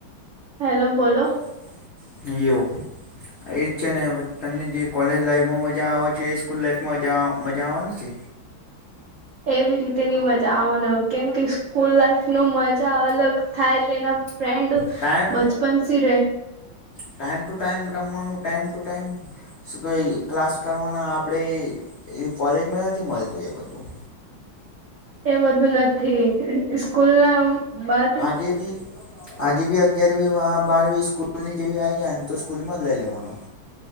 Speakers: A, on the right; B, on the left.
A: Hello બોલો.
B: <unintelligible> એજ છે ને તમને જે કોલેજ લાઈફમાં મજા આવે છે એ સ્કૂલ લાઈફમાં મજા આવવાની છે.
A: એવી રીતે ની મજા આવવાનો કેમ કે સ્કૂલ લાઈફ ન મજા અલગ થાય તેના. ફ્રેન્ડ
B: ટાઈમ
A: બચપન સીરે.
B: ટાઈમ ટુ ટાઈમ રમવાનું ટાઈમ ટુ ટાઈમ. શું કઈ ક્લાસ કરવાના આપણે એ કોલેજમાં નથી મળતું હો એ બધું.
A: એ બધું નથી સ્કૂલના બાદ.
B: જેબી. આજેબી અગિયારમી બારવી સ્કૂલની જેવી આવી જાય ને તો સ્કૂલમાં જ લઈ લેવાનું.